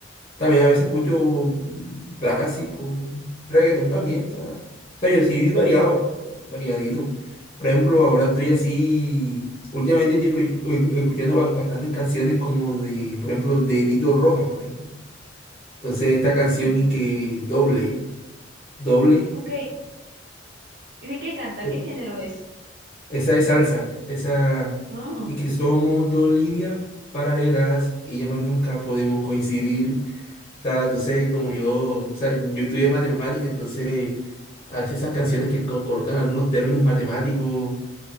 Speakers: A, on the left; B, on the right.
A: También a veces escucho mm, clásicos, reggaetón también, o sea, o sea, yo sí variado, o sea, variadito. Por ejemplo, ahora estoy así, últimamente estoy escu- escu- escuchando ba- bastantes canciones como de, por ejemplo, de Tito Rojas, por ejemplo. Entonces esta
B: ujú.
A: canción y que doble ya, doble,
B: Ok, ¿de qué canta?
A: e-
B: ¿Qué género es?
A: esa es salsa, esa
B: Ah.
A: y que somos dos líneas paralelas y ya más nunca podemos coincidir. O sea, entonces como yo, o sea, yo estudié matemática, entonces a veces esas canciones que co- colocan algunos términos matemáticos